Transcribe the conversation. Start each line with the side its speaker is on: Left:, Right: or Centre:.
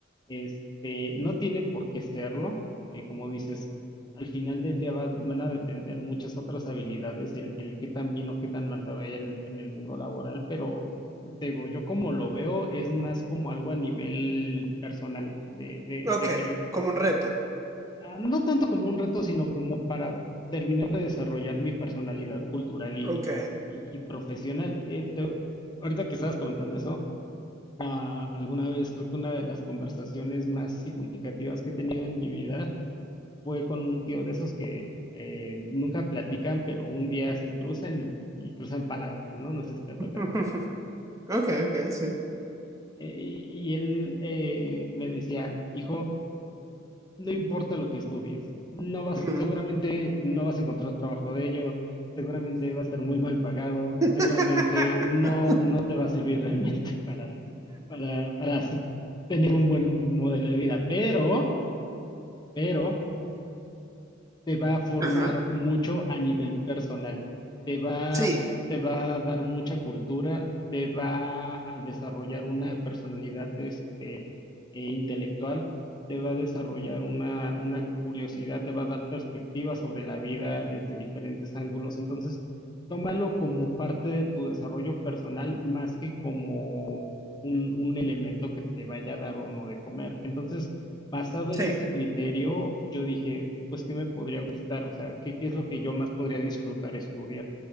Left: Este, no tiene por qué serlo. Eh, como dices, al final del día va- van a depender muchas otras habilidades, el, el qué tan bien o qué tan mal te vaya en, en el mundo laboral, pero te digo, yo como lo veo es más como algo a nivel personal, de, de,
Right: Ok,
Left: de querer
Right: como un reto.
Left: Ah, no tanto como un reto, sino como para terminar de desarrollar mi personalidad cultural y,
Right: Ok.
Left: y- y profesional. Eh, te- ahorita que estabas comentando eso, ah, alguna vez creo que una de las conversaciones más significativas que he tenido en mi vida fue con un tío de esos que eh, nunca platican, pero un día se cruzan y, y cruzan palabras, ¿no? No sé si te ha tocado.
Right: <laughs> Ok, ok, sí.
Left: Eh, y y él eh, me decía, hijo, no importa lo que estudies, no vas,
Right: Ujú.
Left: seguramente no vas a encontrar trabajo de ello, seguramente va a estar muy mal pagado,
Right: <laughs>
Left: seguramente no, no te va a servir realmente <laughs> para, para, para hacer- tener un buen modelo de vida, pero, pero te va a formar
Right: Ajá.
Left: mucho a nivel personal, te va,
Right: Sí,
Left: te va a dar mucha cultura, te va a desarrollar una personalidad este, eh, intelectual, te va a desarrollar una, una curiosidad, te va a dar perspectiva sobre la vida desde diferentes ángulos. Entonces, tómalo como parte de tu desarrollo personal más que como un, un elemento que te vaya a dar o no de comer. Entonces, Basado en
Right: sí,
Left: ese criterio, yo dije, pues, ¿qué me podría gustar? O sea, ¿qué, qué es lo que yo más podría disfrutar estudiar?